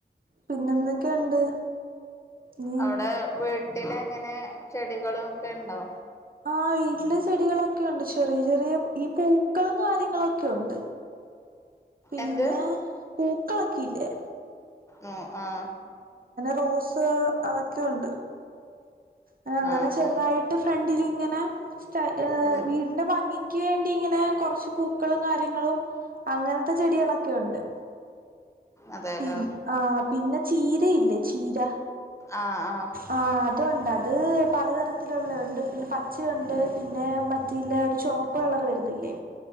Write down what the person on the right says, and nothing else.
പിന്നെന്തൊക്കെയുണ്ട് നീ
ആ വീട്ടില് ചെടികളൊക്കെ ഉണ്ട് ചെറിയ ചെറിയ ഈ പൂക്കളും കാര്യങ്ങളൊക്കെയുണ്ട് പിന്നെ
പൂക്കളൊക്കെ ഇല്ലേ
റോസ് അതൊക്കെയുണ്ട് അ അങ്ങനെ
ചെറുതായിട്ട്
ഫ്രണ്ടില് ഇങ്ങനെ സ്റ്റ ഏ
വീടിന്റെ ഭംഗിക്ക് വേണ്ടി ഇങ്ങനെ കെറച്ച് പൂക്കളും കാര്യങ്ങളും അങ്ങനത്തെ ചെടികളൊക്കെ ഒണ്ട്
പിൻ ആ പിന്ന ചീ ഇതയില്ലേ ചീര
ആ അതൊണ്ട് അത് പലതര ത്തിലുള്ളെണ്ട് പിന്നെ പച്ചയൊണ്ട് പിന്നെ മറ്റേ ഇല്ല ഒരു ചുമപ്പ് കളർ വരുന്നില്ലേ